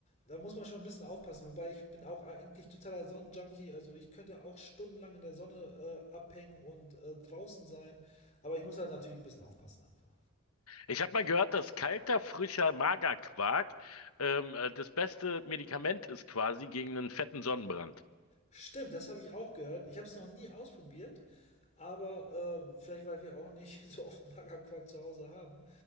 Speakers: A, on the left; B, on the left.
A: da muss man schon ein bisschen aufpassen. Wobei ich bin auch eigentlich totaler Sonnenjunkie. Also ich könnte auch stundenlang in der Sonne äh, abhängen und äh, draußen sein. Aber ich muss halt natürlich ein bisschen aufpassen einfach.
B: Ich habe mal gehört, dass kalter, frischer Magerquark ähm, äh, das beste Medikament ist quasi gegen einen fetten Sonnenbrand.
A: Stimmt, das habe ich auch gehört. Ich habe es noch nie ausprobiert, aber äh, vielleicht, weil wir auch nicht <laughs> so oft Magerquark zu Hause haben.